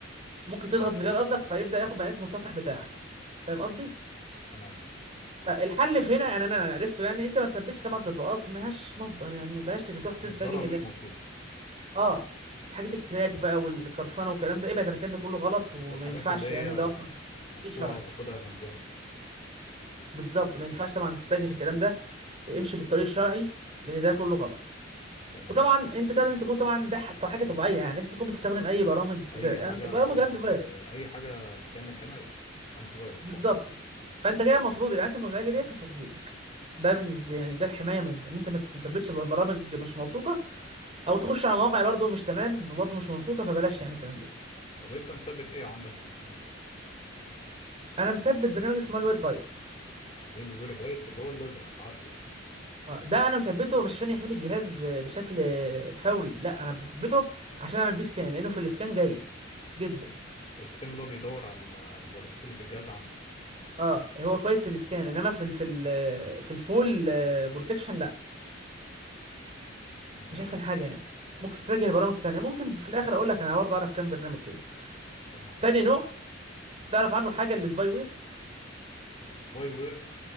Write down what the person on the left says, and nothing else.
ماشي
تمام ماشي
مصدرها مش موثوق
والحاجات
اللي هي
مدفوعه
وتاخدها مجانا
تمام
اي
حاجه
ويندوز
آه، اي حاجه بتعمل حمايه انت فيروس
صح
طب انت مثبت ايه عندك للحمايه
ليه الوير بايتس اللي هو الازرق عارفه
السكان اللي هو بيدور على على الفيروسات اللي في الجهاز عندك
ماشي
حلو،
تمام
السباي وير